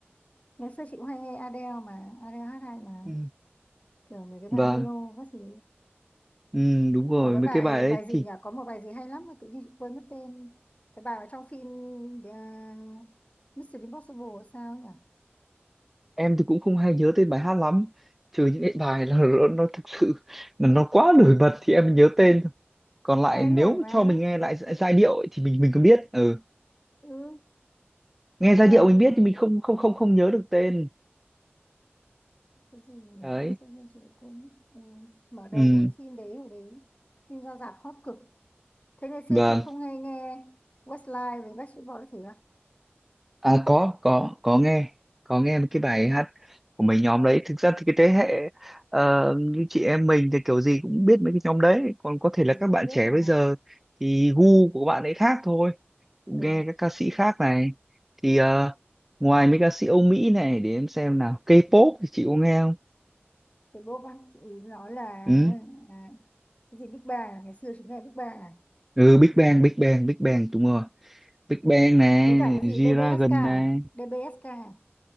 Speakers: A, on the left; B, in the centre.
A: Ngày xưa chị cũng hay nghe Adele mà, Adele hát hay mà.
B: Ừ.
A: Kiểu mấy cái bài
B: Vâng,
A: Hello các thứ.
B: ừ, đúng rồi
A: Có cái
B: mấy
A: bài
B: cái bài đấy
A: bài gì
B: thì
A: nhỉ? Có một bài gì hay lắm mà tự nhiên chị quên mất tên. Cái bài ở trong phim uh, Mission Impossible hay sao nhỉ?
B: em thì cũng không hay nhớ tên bài hát lắm trừ những cái bài là nó, nó thực sự là nó quá nổi bật thì em nhớ tên thôi. còn lại
A: Bài đấy
B: nếu
A: nổi mà.
B: cho mình nghe lại gi- giai điệu ấy, thì mình mình cũng biết ừ.
A: Ừ,
B: nghe
A: cái
B: giai
A: bài
B: điệu mình
A: gì mà...
B: biết thì mình không không không không nhớ được tên
A: Cái gì nhỉ?
B: đấy
A: Sao nhiên chị lại quên. Ừ. Mở đầu
B: ừ.
A: của cái phim đấy hồi đấy. Phim ra rạp hot cực. Thế ngày xưa
B: Vâng,
A: chú không hay nghe Westlife với Backstreet Boys thử
B: à có có có nghe, có nghe mấy cái bài hát của mấy nhóm đấy. Thực ra thì cái thế hệ ờ, như chị em mình thì kiểu gì cũng biết mấy cái nhóm đấy, còn có thể
A: Tụi
B: là các
A: gì
B: bạn
A: cũng biết
B: trẻ
A: mà
B: bây giờ thì gu của các bạn ấy khác thôi, nghe
A: ừ.
B: các ca sĩ khác này. Thì ờ, ngoài mấy ca sĩ Âu Mỹ này để em xem nào, K-pop thì chị có nghe không?
A: Cái bốp á chị ý nói là
B: Ừ,
A: à, cái gì Big Bang à? ngày xưa chúng ta là Big Bang à
B: ừ Big Bang, Big Bang, Big Bang đúng rồi. Big Bang này,
A: với cả cái
B: G-Dragon
A: gì DBSK à?
B: này,
A: DBSK à?